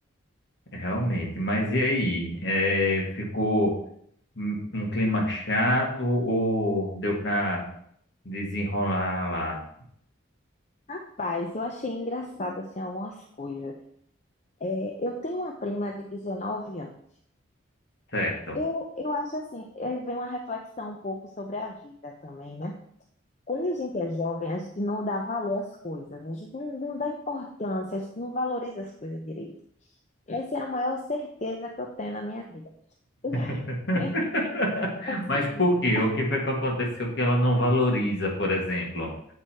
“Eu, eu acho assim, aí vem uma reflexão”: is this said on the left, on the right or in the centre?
Left